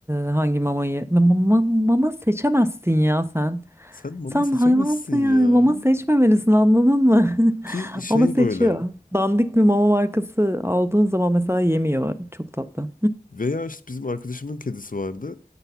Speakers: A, on the right (about 15°); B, on the left (about 55°).
A: e, hangi mamayı Ma- ma- mama seçemezsin ya sen.
B: Sen mama
A: Sen
B: seçemezsin
A: hayvansın yani
B: ya.
A: mama seçmemelisin anladın mı?
B: Ki
A: <laughs>
B: şey
A: Ama seçiyor.
B: böyle
A: Dandik bir mama markası aldığın zaman mesela yemiyor. Çok tatlı.
B: veya işte bizim arkadaşımın kedisi vardı.